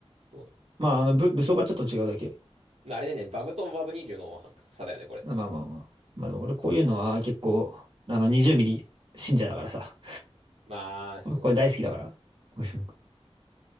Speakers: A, on the right; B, on the right.
A: そう。
B: まあ、あの、ぶ武装がちょっと違うだけ。
A: まあ、あれでね、バブとバブ20の差だよね、これって。
B: まあまあまあまあ。まあでも俺こういうのは結構、あの、20ミリ信者だからさ。
A: まあ、そ
B: これ大好きだから。こういうの